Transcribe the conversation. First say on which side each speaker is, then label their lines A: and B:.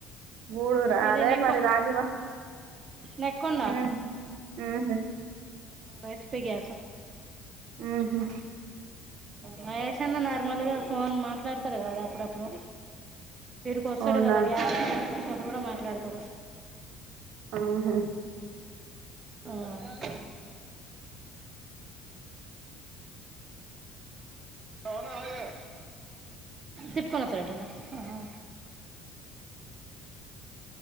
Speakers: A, on the right; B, on the right.
A: గూడూరా
B: ఇది
A: అదే
B: నెక్
A: మరి రాజీవ
B: నెక్కోండ
A: ఉహు ఉహు
B: వచ్పిై గయాస
A: ఆహా
B: మహేష్న్న నా నార్మలుగా ఫోన్ మాట్లాడతారు కదా అప్పుడప్పుడు వీడికి వస్తాడు
A: అవునా
B: కదా గ్యా కూడా మాట్లాడతాడు
A: ఉహు
B: ఆ కే అవున అలాగే తిప్కొనొత్తడటన్న ఆహా